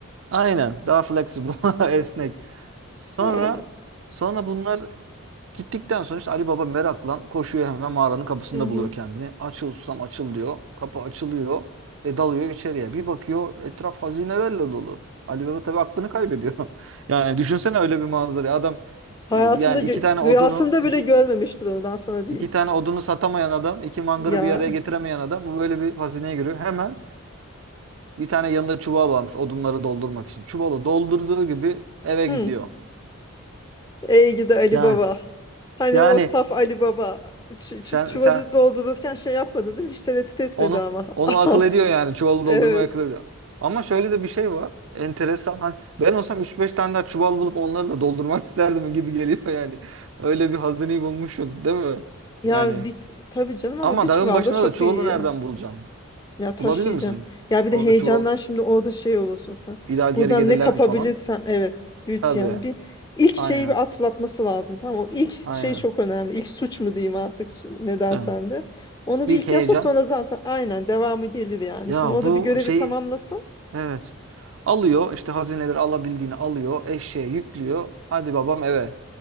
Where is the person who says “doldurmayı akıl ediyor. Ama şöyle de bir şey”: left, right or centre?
Right